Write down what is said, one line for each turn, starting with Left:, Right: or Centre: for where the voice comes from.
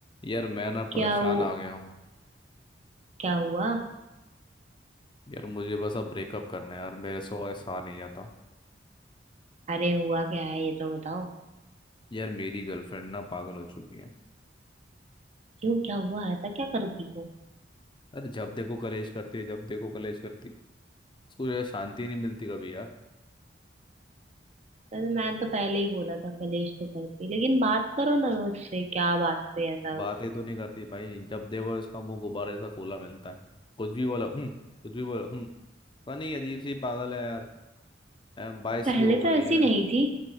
Left: यार मैं ना
Right: क्या
Left: परेशान
Right: वो
Left: आ गया हूँ
Right: क्या हुआ
Left: यार मुझे बस अब ब्रेकअप करना है यार मेरे से और सहा नहीं जाता
Right: अरे हुआ क्या है ये तो बताओ
Left: यार मेरी गर्लफ्रेंड ना पागल हो चुकी है
Right: क्यों क्या हुआ ऐसा क्या करती वो
Left: अरे जब देखो कलेश करती है जब देखो कलेश करती उसको यार शांति नहीं मिलती कभी यार
Right: अरे मैंने तो पहले ही बोला था कलेश तो करती लेकिन बात करो ना उससे क्या बात पे ऐसा
Left: बातें तो नहीं करती भाई जब देखो इसका मुंह गुब्बारे सा फूला मिलता है कुछ भी बोलो हूँ कुछ भी बोलो हूँ पता नहीं अजीब सी पागल है यार अम, बाईस
Right: पहले
Left: की हो
Right: तो
Left: गई
Right: ऐसी
Left: है
Right: नहीं थी